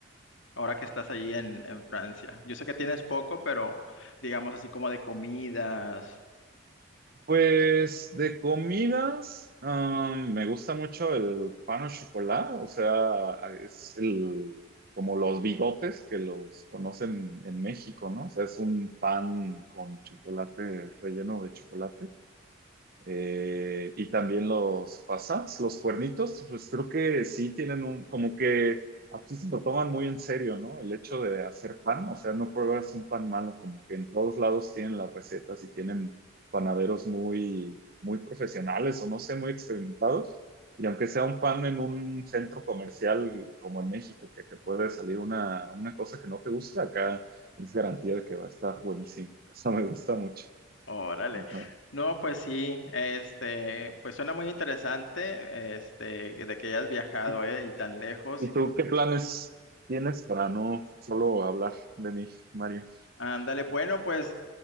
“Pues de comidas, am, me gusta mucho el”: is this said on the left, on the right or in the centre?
Right